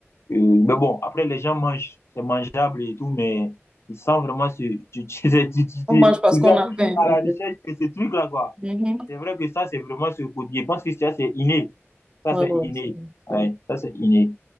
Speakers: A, on the left; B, on the right.
A: Euh, mais bon, après, les gens mangent, c'est mangeable et tout, mais ils sentent vraiment ce, tu, tu, <laughs> tu, tu, tu- tu-
B: On mange parce
A: ils
B: qu'on
A: sont
B: a
A: toujours
B: faim,
A: à
B: en
A: la
B: fait.
A: recherche de ces trucs-là, quoi.
B: Mhm.
A: C'est vrai que ça, c'est vraiment ce côté. Je pense que ça, c'est inné. Ça,
B: Ouais,
A: c'est
B: ouais,
A: inné.
B: c'est vrai,
A: Ouais,
B: c'est vrai.
A: ça, c'est inné.